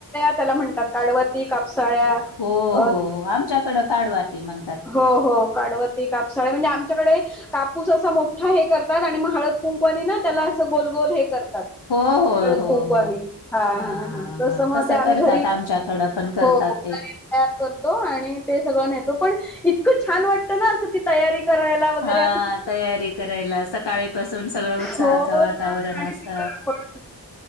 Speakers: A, in the centre; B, on the left (about 70°).
A: <inaudible> त्याला म्हणतात काडवती कापसाळ्या.
B: हो
A: अ
B: हो हो आमच्याकड काडवाती म्हणत
A: हो हो काडवती. कापसाळ म्हणजे आमच्याकडे कापूस असा मोठा हे करतात आणि हळद कुंकवानी ना त्याला असं गोलगोल हे करतात.
B: हो, हो,
A: हळद
B: हो,
A: कुंकवानी
B: हो.
A: हा हा
B: हां,
A: हा तस
B: हां.
A: मग
B: तसं
A: ते आम्ही
B: करतात
A: घरी
B: आमच्याकडं पण करतात
A: र
B: ते.
A: करतो आणि ते सगळं नेतो पण इतकं छान वाटत ना ती तयारी करायला वगैरे
B: हा
A: असं
B: तयारी करायला सकाळी पासून सगळं उत्साहाचं
A: हो ना
B: वातावरण
A: आणि
B: असत
A: सगळं आपण